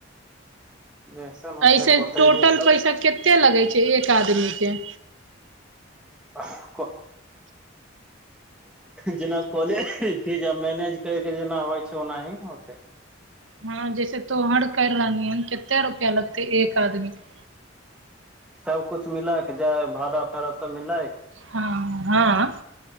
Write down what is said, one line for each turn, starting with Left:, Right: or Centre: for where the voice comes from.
Centre: जैसन होते
Right: ऐसे
Centre: बतेबी
Right: टोटल
Centre: तब
Right: पैसा कतेक लगै छै एक आदमीके
Centre: आ को जेना कॉलेज फी मैनेज करके जेना होइ छै ओनाही ओते
Right: हँ जैसे तोहर कैर रहली हऽ कते रुपया लगतै एक आदमी केँ
Centre: सबकुछु मिलक जाय भाड़ा तड़ा सब मिलैक
Right: हँ हँ